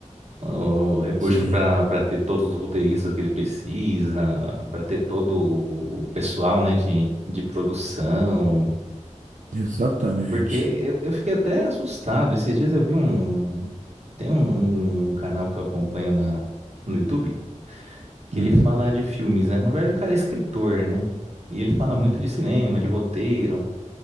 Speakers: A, on the right; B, on the right.
A: O recurso
B: Sim,
A: pra, pra ter todos os roteiristas que ele precisa, pra ter todo o pessoal, né, de, de produção...
B: exatamente.
A: Porque eu, eu fiquei até assustado. Esses dias eu vi um. Tem um, um canal que eu acompanho na, no YouTube que
B: Uhum,
A: ele fala de filmes, né? Na verdade, o cara é escritor, né? E ele fala
B: uhum,
A: muito de cinema, de roteiro.